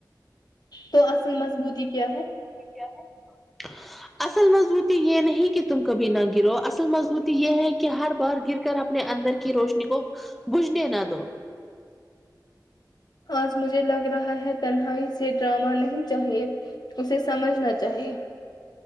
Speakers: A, on the left (about 60°); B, in the centre.
A: تو اصل مضبوطی کیا ہے
B: کیا ہے اصل مضبوطی یہ نہیں کہ تم کبھی نہ گرو اصل مضبوط یہ ہے کہ ہر بار گر کر اپنے اندر کی روشنی کو بجھنے نہ دو
A: آج مجھے لگ رہا ہے تنہائی سے ڈراما نے چاہیے اسے سمجھنا چاہیے